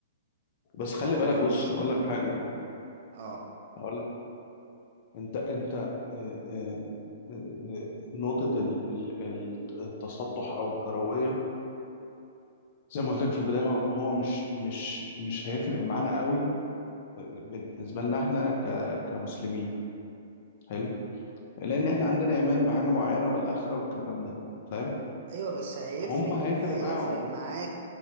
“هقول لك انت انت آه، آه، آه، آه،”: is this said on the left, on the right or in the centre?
Left